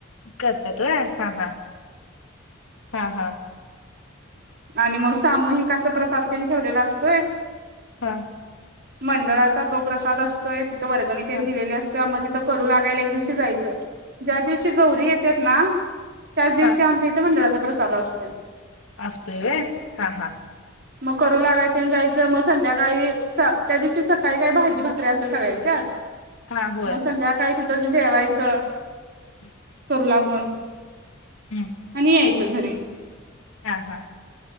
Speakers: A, on the left; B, on the right.
A: करतत हा हा हा हा.
B: आणि मग सामूहिक असा प्रसाद त्यांनी ठेवलेला असतोय.
A: हा.
B: मंडळाचा तो प्रसाद असतोय तिथ वर्गणीितने
A: हा
B: दिलेली असते मग तिथं. करू लागायला एक दिवशी जायचं ज्या दिवशी गौरी येतात ना. त्याच दिवशी
A: हा
B: आमच्या इथे मंडळाचा प्रसाद असतो.
A: असतय हा हा.
B: मग करू लागायच जायचं मग संध्याकाळी त्या दिवशी सकाळी काही भाजी भाकरी्या असत सगळ्यांच्याच
A: हा होय
B: मग संध्याकाळी ति च जेवायचं.
A: हम्म.
B: करू लागून
A: हम्म
B: आणि यायचं घर
A: हा हा.